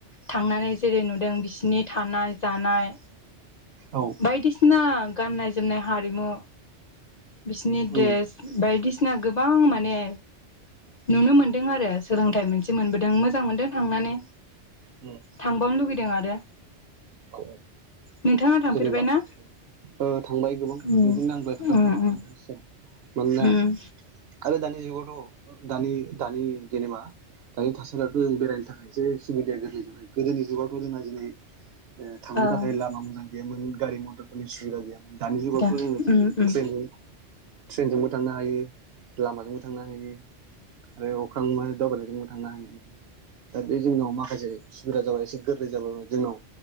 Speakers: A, on the left; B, on the right.
A: थांनानै। जेरै नुदों बिसिनि थानाय जानाय
B: औ।
A: बायदिसिना गाननाय जोमनाय हारिमु बिसिनि
B: उम
A: द्रेस बायदिसिना गोबां माने नुनो मोन्दों आरो सोलोंथाइ मोनसे मोनबोदों मोजां मोनदों थांनानै।
B: उम।
A: थांबावनो लुगैदों आरो
B: औ
A: नोंथाङा थांफेरबाय
B: जेनेबा
A: ना?
B: ओ थांबाय गोबां
A: उम
B: बिदिनो आं दहाय खोन्था
A: उम
B: बुंखाबाय
A: उम
B: सिगां मानोना
A: उम
B: आरो दानि जुगावथ' दानि दानि जेनेबा दानि थासारियावथ' जों बे बेरायनो थाखाय एसे सुबिदाया गोर्लै जाबाय गोदोनिुगावथ' जोंना दिनै
A: सुबिदा
B: थांनो थाखाय लामा मोजां गैयामोन गारि मथर नि सुबिदा गैयामोन दानि जुगावथ' जोङो
A: ओं ओं
B: ट्रेनजों ट्रेनजोंबो थांनो हायो लामाजोंबो थांनो हायो आरो अख्रांमोन दावबायनाय जोंबो थांनो हायो माने दा बे जोंनाव माखासे सुबिदा जाबाय एसे गोरलै जाबाय जोंनाव